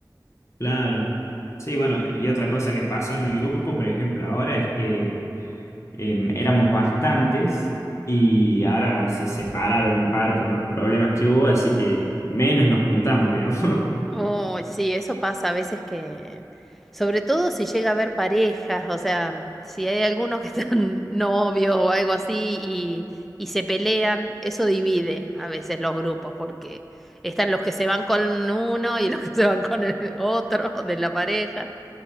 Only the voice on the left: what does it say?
Claro. Sí, bueno, y otra cosa que pasó en mi grupo, por ejemplo, ahora es que em, éramos bastantes y ahora se separaron un par por unos problemas que hubo, así que menos nos juntamos, digamos. <laughs>